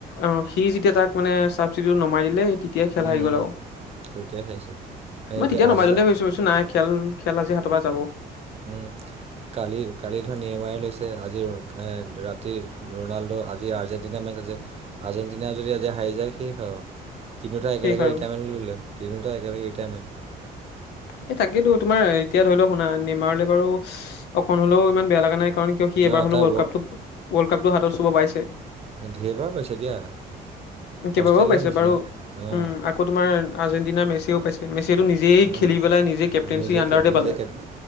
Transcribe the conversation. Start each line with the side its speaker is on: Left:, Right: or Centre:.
Left: অ' সি যেতিয়া তাক মানে চাবচিডিটো নমাই দিলে। তেতিয়াই খেল
Right: উম,
Left: হি গ'ল
Right: উম,
Left: আৰু
Right: তেতিয়াই হাৰিছে। এ
Left: মই
Right: এতিয়া
Left: তেতিয়া
Right: আজি
Left: নমাই দিওতে বা ভাবিছো নাই খেল। খেল আজি হাতৰ পৰা যাব।
Right: উম। কালি কালি ধৰ নেমাৰি লৈছে, আজি এ ৰাতি ৰনাল্ডো আজি আৰ্জেণ্টিনা মেচ আৰ্জেণ্টিনা যদি আজি হাৰি যায় শেষ আৰু। দুটা একেলগে
Left: শেষ আৰু
Right: ৰিটায়াৰমেণ্ট লয়'ললে তিনিটা একেলগে ৰিটায়াৰমেণ্ট।
Left: এই তাকেতো তোমাৰ এতিয়া ধৰি লওঁ শুনা নিমাৰলে বাৰু অকন হ'লেও ইমান বেয়া লগা নাই। কাৰণ কিয় সি এবাৰ
Right: অ',
Left: হ'লে
Right: তাৰ
Left: ৱৰ্ল্ড কাপটো ৱৰ্ল্ড কাপটো হাতত চুব পাইছে।
Right: ধেইবা পাইছে দিয়া।
Left: কেইবাবাও
Right: অষ্ট্ৰেলিয়াৰ
Left: পাইছে
Right: নিচিনা
Left: বাৰু।
Right: অঁ
Left: উম, আকৌ তোমাৰ আৰ্জেণ্টিনাৰ মেচিয়েও পাইছে, মেচিয়েও নিজে। সি
Right: অঁ
Left: খেলি পেলাই নিজে কেপ্টেনছি
Right: নিজে
Left: আন্দাৰতে
Right: নিজে
Left: পালে
Right: কে